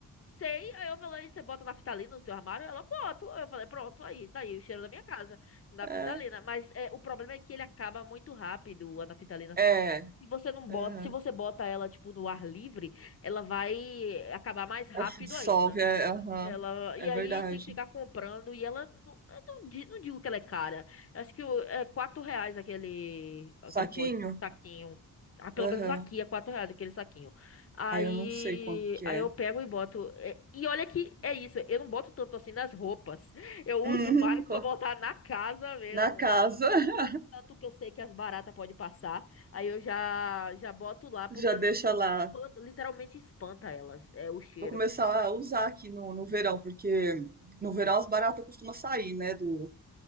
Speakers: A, on the left (about 40°); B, on the right (about 25°).
A: sei, aí eu falei, você bota naftalina no seu armário? Ela, boto. Aí eu falei, pronto, aí, tá aí o cheiro da minha casa, naftalina.
B: É,
A: Mas é, o problema é que ele acaba muito rápido, a naftalina.
B: é.
A: Se você não bota,
B: aham.
A: se você bota ela, tipo, no ar livre, ela vai acabar mais rápido
B: Se dissolve,
A: ainda.
B: é, aham.
A: Ela, e
B: É
A: aí
B: verdade.
A: tem que ficar comprando. E ela, não, eu não, di- não digo que ela é cara. Eu acho que o- é 4 reais aquele, aquele
B: Saquinho?
A: pote, saquinho. Ah, pelo
B: Aham.
A: menos aqui é 4 reais aquele saquinho. Aí,
B: Ah, eu não sei quanto que
A: aí
B: é.
A: eu pego e boto. é, E olha que é isso. Eu não boto tanto assim nas roupas. <laughs> Eu uso
B: Uhum,
A: mais
B: co-
A: pra botar na casa mesmo.
B: na casa, <laughs>
A: Os cantos que eu sei que as baratas podem passar. Aí eu já, já boto lá porque
B: já deixa lá.
A: espanta- literalmente espanta elas. É o cheiro.
B: Vou começar a usar aqui no, no verão, porque no verão as baratas costumam sair, né, do,